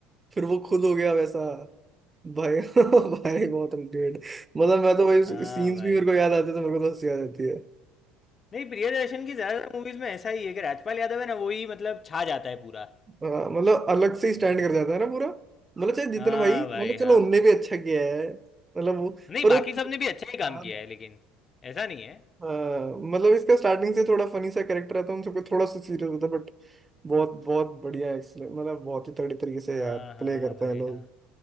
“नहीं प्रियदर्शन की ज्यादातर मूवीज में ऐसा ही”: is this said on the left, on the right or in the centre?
Left